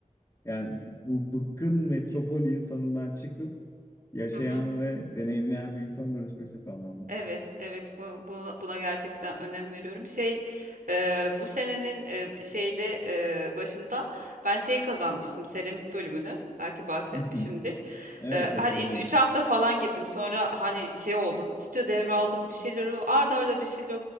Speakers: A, on the left; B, on the right.
A: Yani bu bıkkın metropol insanından çıkıp yaşayan
B: Hı hı.
A: ve deneyimleyen bir insana dönüşmek çok anlamlı.
B: Evet, evet bu, bu- buna gerçekten önem veriyorum. Şey, e, bu senenin e, şeyde e, başında ben şey kazanmıştım seramik bölümünü. Belki bahsetmişimdir.
A: <laughs> Evet
B: E,
A: hatırlıyorum.
B: hani 3 hafta falan gittim. Sonra hani şey oldu. Stüdyo devraldık bir şeyleri arda arda bir şeyler